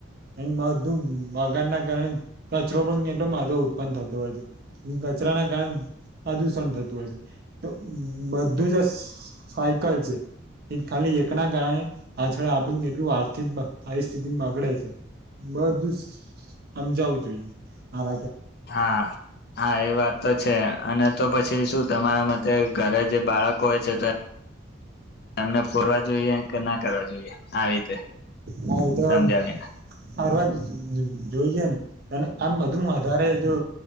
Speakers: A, on the right (about 50°); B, on the left (about 50°).
A: અ બધું બગાર ના કારણે કચરો પણ કેટલો માધો ઉત્પન્ન થતો હોય છે કચરા ના કાયમ પ્રદૂષણ થતું હોય છે તો બધું જ આ સાયકલ છે એ ખાલી એકના કારણે આછળ આપણું કેટલું આર્થિક આવીસ્થિતિમાં બગડે છે બધું સમજાવું જોઈએ હાર
B: હા હા એ વાત તો છે અને તો પછી શું તમારા મતે ઘરે જે બાળક છે તો એમને ફોરવા જોઈએ કે ના કરવા જોએ આવી રીતે
A: હા એ તો
B: સમજાવીને
A: ફરવા જોઈએ ને અને આમ બધું વધારે જો